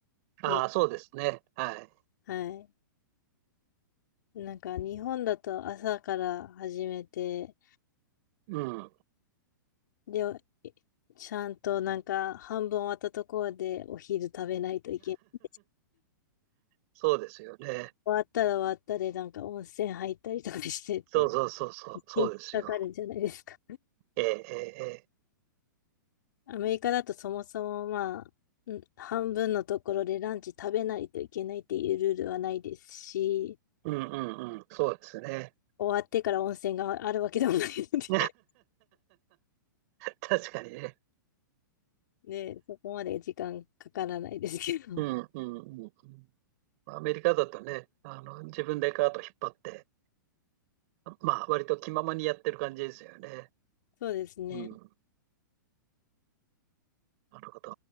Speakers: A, on the right; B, on the left.
A: ああ、
B: いや、
A: そうですね。はい。
B: はい。なんか、日本だと朝から始めて、
A: うん。
B: で、えちゃんとなんか、半分終わったところでお昼食べないといけないです。
A: そうですよね。
B: 終わったら終わったで、なんか温泉入ったりとかしてって、
A: そうそうそうそう、
B: 一日かかるんじゃないですか。
A: そうですよ。ええ、ええ、ええ
B: アメリカだとそもそもまあ、ん半分のところでランチ食べないといけないっていうルールはないですし、
A: うんうんうん、そうですね。
B: 終わってから温泉があるわけでもないので
A: <laughs> 確かにね。
B: ね <laughs>、そこまで時間かからないですけど。
A: うんうんうん
B: <laughs>
A: うん。アメリカだとね、あの、自分でカート引っ張って、まあ、割と気ままにやってる感じですよね。
B: そうですね。
A: うん、なるほど。